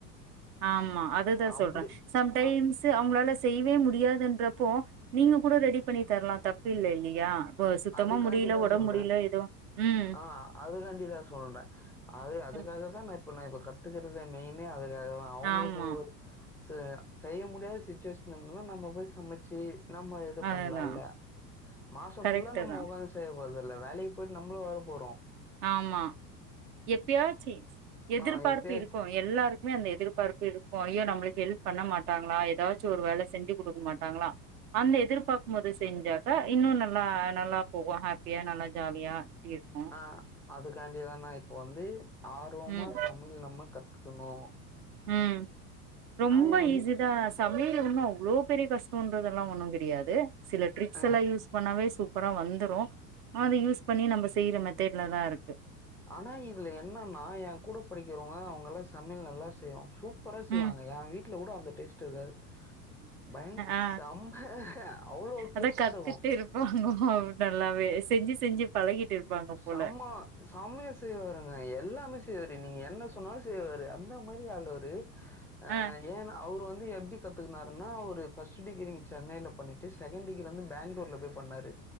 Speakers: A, on the right; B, in the centre.
A: ஆ ஆமா அதுதா
B: அப்டி
A: சொல்ற சம்டைம்ஸ்
B: அ
A: அவங்களால செய்யவே முடியாதுன்றப்போ நீங்க கூட ரெடி பண்ணித்தரலா‌ தப்புல்ல இல்லையா இப்ப சுத்தமா
B: அதுக்காண்டிதா
A: முடியல ஒடம்பு
B: சொல்ற
A: முடியல ஏதோ ம்
B: ஆ அதுக்காண்டிதா சொல்ற அது அதுக்காக
A: ம்.
B: தா நா இப்ப நா இப்ப கத் த்துக்கறத மெய்ன்னே அது அது தா அவங்களுக்கு
A: ஆமா
B: ஒரு செ செய்ய முடியாத சுச்சுவேஷன் இருந்தன்னா நம்ம போய் சமச்சு நம்ம எது
A: அதுதா
B: பண்லால்ல மாசோ
A: கரெக்ட்டு தா
B: மோக செய்யப் ஒருது இல்ல வேலைக்கு போய்ட்டு நம்மளு வேலை போறோம்
A: ஆமா எப்பயாச்சி எதிர்பார்ப்பு
B: ஆ எப்பயாச்சு
A: இருக்கும் எல்லாருக்குமே அந்த எதிர்பார்ப்பு இருக்கும் ஐயோ நம்ளுக் ஹெல்ப் பண்ண மாட்டாங்களா ஏதாச்சு ஒரு வேலை செஞ்சு குடுக்க மாட்டாங்களா அந்த எதிர்பாக்கும்போது செஞ்சாக்கா இன்னும் நல்லா நல்லா போகும் ஹேப்பியா நல்லா ஜாலியா இப்டி இருக்கு
B: ஆ அதுக்காண்டிதா நா இப்போ வந்து ஆர்வமா
A: ம்
B: சமையல் நம்ம கத்துக்கணும்ஃ
A: ம் ரொம்ப
B: ஏ வீ
A: ஈஸிதா சமையல் ஒன்னு அவ்ளோ பெரிய கஷ்டம்ன்றதெல்லா ஒண்ணு கெடையாது சில டிரிக்ஸ்
B: ஆ
A: எல்லாம் யூஸ் பண்ணாவே சூப் பரா வந்துரு அத யூஸ் பண்ணி நம்ம செய்யற மெத்தேட்ல தாஅ இருக்கு
B: ஆனா இதுல என்னன்னா என கூட படிக்கிறவங்க அவங்கல்லா சமையல் நல்லா செய்வான் சூப் பறா செய்வாங்க
A: ம்
B: எ வீட் <unintelligible> ல கூட அந்த டேஸ்ட் இருக்காது பய
A: ஆ
B: செம்ம அவ்ளோ
A: அத
B: டேஸ்ட்டா
A: கத்துட்டு
B: இருக்கு
A: இருப்பாங்க நல்லாவே செஞ்சு செஞ்சு பழகிட்டு இருப்பாங்க போல
B: சம சமையா செய்வாருங்க எல்லாமே தெரி நீங்க என்ன சொன்னாலும் செய்வாரு அந்த அந்த மாரி ஆளு அவரு அ
A: ஆ
B: ஏ அவரு வந்து து எப்டி கத்துக்குனாருனா ஒரு ஃபர்ஸ்ட்டு டிகிரி சென்னைல பண்ணிட்டு செகண்ட் டிகிரி வந்து பேங்களூர்ல போய் பண்ணாரு